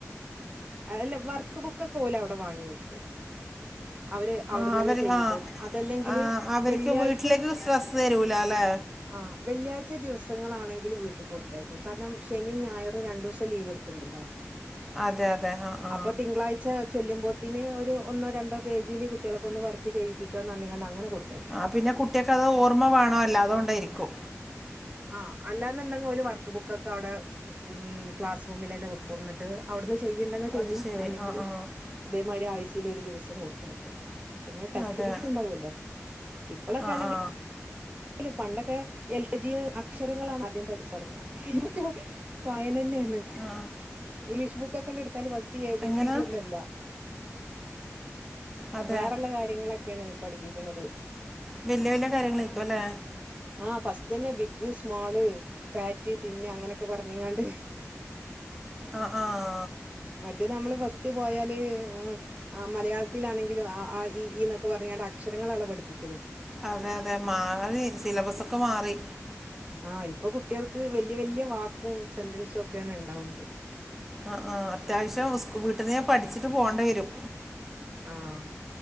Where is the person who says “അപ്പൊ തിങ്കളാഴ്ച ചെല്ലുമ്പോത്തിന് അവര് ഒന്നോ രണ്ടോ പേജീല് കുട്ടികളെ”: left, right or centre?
Right